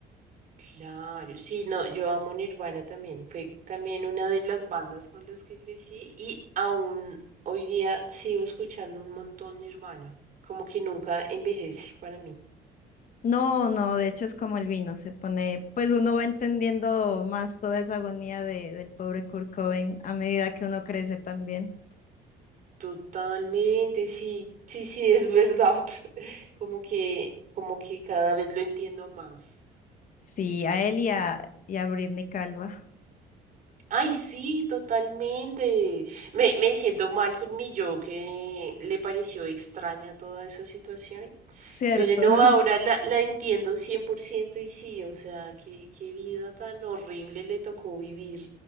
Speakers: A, on the right; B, on the left.
A: Claro, sí, no, yo amo Nirvana también. Fue también una de las bandas con las que crecí y aún hoy día sigo escuchando un montón Nirvana. Como que nunca envejece para mí.
B: No, no, de hecho es como el vino, se pone, pues uno va entendiendo más toda esa agonía de, del pobre Kurt Cobain a medida que uno crece también.
A: Totalmente, sí, sí, sí, es verdad. <laughs> Como que, como que cada vez lo entiendo más.
B: Sí, a él y a, y a Britney Calva,
A: Ay, sí, totalmente. Me, me siento mal con mi yo que le pareció extraña toda esa situación.
B: cierto.
A: Pero no,
B: <laughs>
A: ahora la, la entiendo 100% y sí, o sea, qué, qué vida tan horrible le tocó vivir,